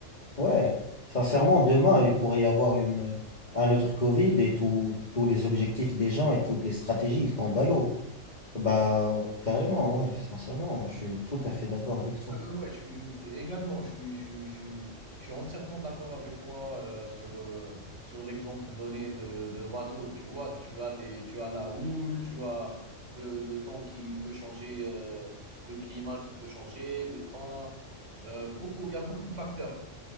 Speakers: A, on the left; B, on the right.
A: Ouais. Sincèrement,
B: euh, oui.
A: demain, il pourrait y avoir une, un autre Covid et tous tous les objectifs des gens et toutes les stratégies, ils tombent à l'eau. Bah, carrément, ouais, sincèrement, je suis tout à fait d'accord avec toi.
B: Ouais, ouais, ouais, je suis également, je suis je suis je suis je suis entièrement d'accord avec toi, heu, sur, heu, sur l'exemple donné de de bateau. Tu vois, tu as des tu as la houle, tu as le le temps qui peut changer, heu, le climat qui peut changer, le temps, heu, beaucoup il y a beaucoup de facteurs